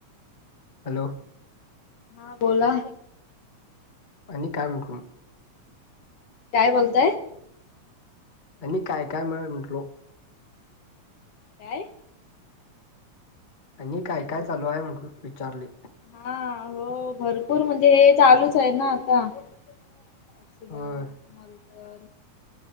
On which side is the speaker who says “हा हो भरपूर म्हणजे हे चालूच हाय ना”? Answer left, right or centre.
Left